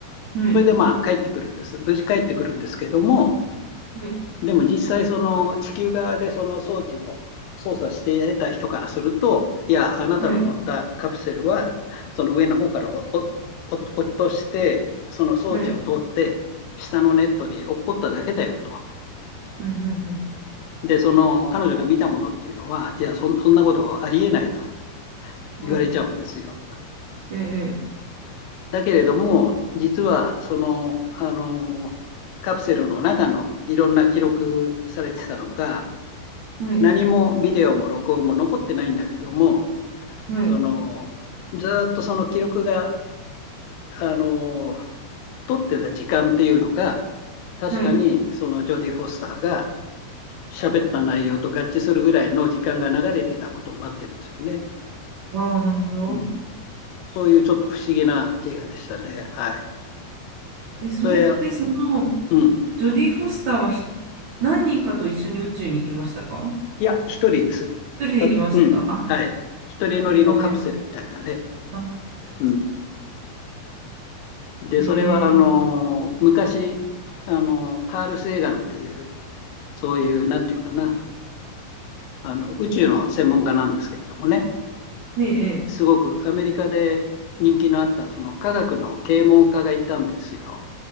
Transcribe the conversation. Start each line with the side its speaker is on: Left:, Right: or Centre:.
Right: ん。はい、
Left: それでまあ帰ってくるんです。無事帰ってくるんですけども、
Right: はい、
Left: でも実際その地球側でその装置を操作して得た人からすると、いや、あなたの乗ったカプセルは、
Right: はい、
Left: その上の方からおおお落として、その装置を通って、
Right: はい、
Left: 下のネットに落っこっただけだよと。
Right: うん、うん、
Left: で、その彼女が見たものっていうのは、いや、そそんなことありえないと
Right: うん。
Left: 言われちゃうんですよ。
Right: はい、ええ、
Left: だけれども、実はその、あの、カプセルの中のいろんな記録されてたのが、
Right: はい、
Left: 何もビデオも録音も残ってないんだけども、
Right: はい、
Left: その、ずっとその記録が、あの、撮ってた時間っていうのが、確かにそのジョディ・
Right: はい。
Left: フォスターが喋った内容と合致するぐらいの時間が流れてたことになってるんですよね。
Right: ああ、なるほど。
Left: うん、そういうちょっと不思議な映画でしたね。はい。
Right: え、それってその、
Left: それ、うん。
Right: ジョディ・フォスターはひ何人かと一緒に宇宙に行きましたか
Left: いや、一人です。
Right: 一人で行きました。
Left: た、うん。
Right: あ、
Left: はい。一人乗りのカプセルみたいなね。
Right: 違う映画。あ、そっかそっか。
Left: うん。で、
Right: え
Left: それは、あの、
Right: ー、
Left: 昔、あの、カール・セーガンっていう、そういう、なんていうかな、あの、宇宙の専門家なんですけれどもね、
Right: はい、え
Left: すごくアメリカで人気のあった、その科学の啓蒙家がいたんですよ。